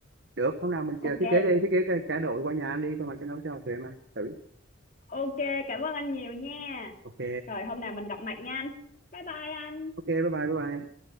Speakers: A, on the right; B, on the left.
A: Được, hôm nào mình
B: ok
A: chờ thiết kế đi, thiết kế cái- cả đội qua nhà anh đi, xong rồi sẽ nấu cho tụi em ăn. Thử.
B: ok cảm ơn anh nhiều nha
A: Ok,
B: rồi hôm nào mình gặp mặt nha anh bye bye anh
A: ok, bye bye, bye bye.